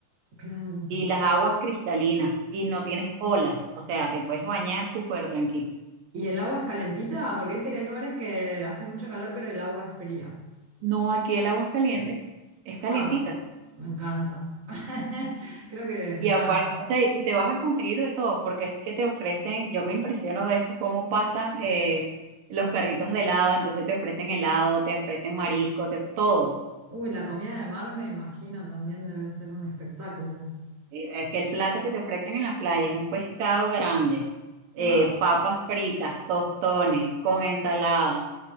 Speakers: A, on the right; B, on the right.
A: Claro.
B: y las aguas cristalinas y no tienes olas, o sea, te puedes bañar súper tranquilo.
A: ¿Y el agua es calentita? Porque viste que hay lugares que hace mucho calor, pero el agua es fría.
B: No, aquí el agua es caliente, es calientita.
A: ¡Wow! Me encanta. <laughs> Creo que nada.
B: Y aparte, o sea, y te vas a conseguir de todo, porque es que te ofrecen, yo me impresiono de eso, cómo pasan eh, los carritos de helado, entonces te ofrecen helado, te ofrecen marisco, te, todo.
A: Uy, la comida de mar me imagino también debe ser un espectáculo.
B: Eh, Es que el plato que te ofrecen en la playa es un pescado grande, eh,
A: ¡Wow!
B: papas fritas, tostones, con ensalada, o